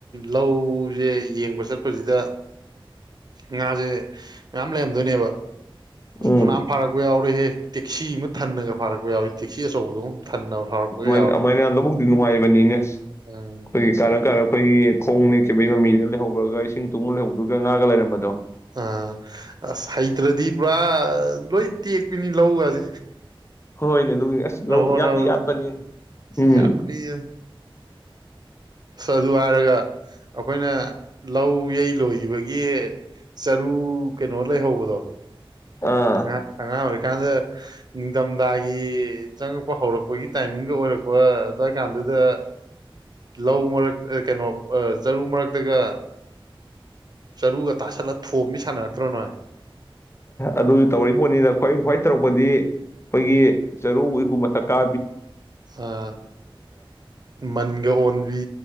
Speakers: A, on the right; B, on the left.
A: ꯂꯧꯁꯦ ꯌꯦꯡꯕ ꯆꯠꯄꯁꯤꯗ ꯉꯥꯁꯦ ꯃꯌꯥꯝ ꯂꯩꯔꯝꯗꯣꯏꯅꯦꯕ
B: ꯎꯝ
A: ꯐꯅꯥꯝ ꯐꯥꯔꯛ ꯌꯥꯎ ꯑꯩꯈꯣꯢꯗꯤ ꯇꯦꯛꯁꯤ ꯑꯃ ꯊꯟꯅꯒ ꯐꯥꯔꯛꯄ ꯌꯥꯎꯋꯦ ꯇꯦꯛꯁꯤ ꯑꯆꯧꯕꯗꯣ ꯐꯟꯅ ꯐꯥꯎꯔꯛꯄ
B: ꯑꯗꯨꯃꯥꯏꯅ
A: ꯌꯥꯎꯋꯦ
B: <inaudible> ꯑꯩꯈꯣꯏꯒꯤ
A: ꯎꯝ
B: ꯀꯥꯔ ꯀꯥꯔ ꯑꯩꯈꯣꯏꯒꯤ ꯈꯣꯡ ꯁꯤꯕꯩ ꯃꯃꯤꯗ ꯂꯩꯍꯧꯧꯕꯒ ꯏꯁꯤꯡ ꯇꯨꯡꯨ ꯂꯩꯍꯧꯗꯒ ꯉꯥꯒ ꯂꯩꯔꯝꯕꯗꯣ
A: ꯑꯥ ꯑꯁ ꯍꯩꯇ꯭ꯔꯗꯤ ꯄꯨꯔꯥ ꯂꯣꯏ ꯇꯦꯛꯄꯤꯅꯤ ꯂꯧꯒꯁꯤ
B: ꯍꯣꯏꯅꯦ ꯑꯗꯨꯒꯤ ꯑꯁ ꯂꯧ
A: ꯍꯣꯠꯅꯕꯗ
B: ꯌꯥꯇꯤ ꯌꯥꯠꯄꯅꯤ ꯎꯝ
A: ꯌꯥꯠꯄꯅꯤ ꯑ ꯑꯗꯨ ꯍꯥꯏꯔꯒ ꯑꯩꯈꯣꯏꯅ ꯂꯧ ꯌꯩ ꯂꯣꯏꯈꯤꯕꯒꯤ ꯆꯔꯨ ꯀꯩꯅꯣ ꯂꯩꯍꯧꯕꯗꯣ
B: ꯑꯥ
A: ꯑ ꯑꯉꯥꯡ ꯑꯣꯏ ꯀꯀꯥꯟꯗ ꯅꯤꯡꯊꯝꯊꯥꯒꯤ ꯆꯪꯉꯛꯄ ꯍꯧꯔꯛꯄꯒꯤ ꯇꯥꯏꯃꯤꯡꯒ ꯑꯣꯏꯔꯛꯄ ꯑꯗꯨꯋꯥꯏ ꯀꯥꯟꯗꯨꯗ ꯂꯧ ꯃꯔ ꯀꯩꯅꯣ ꯆꯔꯨ ꯃꯔꯛꯇꯒ ꯆꯔꯨꯒ ꯇꯥꯁꯜꯂ ꯊꯣꯝꯕꯤ ꯁꯥꯟꯅꯔꯛꯇ꯭ꯔꯣ ꯅꯣꯏ
B: ꯑꯗꯨ ꯇꯧ ꯄꯣꯠꯅꯤꯅ ꯈ꯭ꯋꯥꯏ ꯈ꯭ꯋꯥꯏ ꯇꯧꯔꯛꯄꯗꯤ ꯑꯩꯈꯣꯏꯒꯤ ꯆꯔꯨ ꯏꯀꯨ ꯃꯊꯛꯀꯥ
A: ꯑꯥ ꯃꯟꯒ ꯑꯣꯟꯕꯤ